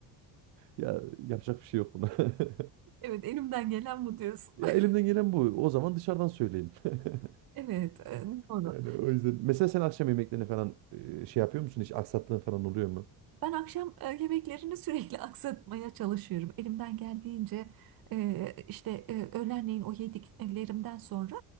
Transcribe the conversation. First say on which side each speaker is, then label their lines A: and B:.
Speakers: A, on the right; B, on the right.
A: Ya yapacak bir şey yok buna. <laughs>
B: Evet, elimden gelen bu diyorsun.
A: Ya elimden
B: <laughs>
A: gelen bu. O zaman dışarıdan söyleyeyim. <laughs>
B: Evet, e, doğru.
A: Yani o yüzden. Mesela sen akşam yemeklerini falan e, şey yapıyor musun? Hiç aksattığın falan oluyor mu?
B: Ben akşam e, yemeklerini sürekli <laughs> aksatmaya çalışıyorum. Elimden geldiğince e, işte e, öğlenleyin o yediklerimden sonra